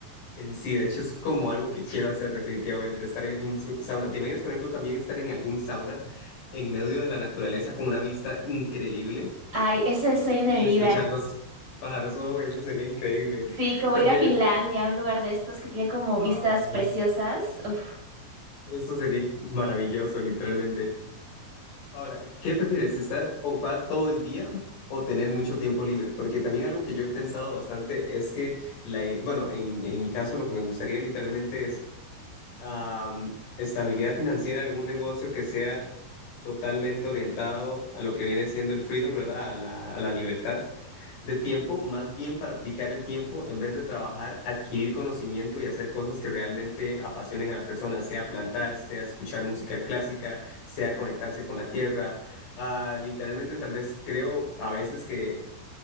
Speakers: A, on the left; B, on the right.
A: en sí. De hecho, es como algo que quiero hacer definitivamente, estar en algún su- sauna. ¿Te imaginas, por ejemplo, también estar en algún sauna en medio de la naturaleza con una vista increíble
B: Ay, es el sueño
A: y
B: de mi
A: escuchar
B: vida.
A: los pájaros? Oh, eso sería increíble.
B: Sí, como
A: También,
B: ir a Finlandia, a un lugar de estos que tiene como
A: ah,
B: vistas preciosas. Uf.
A: esto sería maravilloso, literalmente. Ahora, ¿qué prefieres? ¿Estar ocupada todo el día o tener mucho tiempo libre? Porque también algo que yo he pensado bastante es que, la, i- bueno, en, en mi caso lo que me gustaría literalmente es Am, estabilidad financiera, algún negocio que sea totalmente orientado a lo que viene siendo el freedom, ¿verdad? A la, a la libertad de tiempo, más bien para aplicar el tiempo en vez de trabajar, adquirir conocimiento y hacer cosas que realmente apasionen a la persona, sea plantar, sea escuchar música clásica, sea conectarse con la tierra. Ah, literalmente, tal vez creo a veces que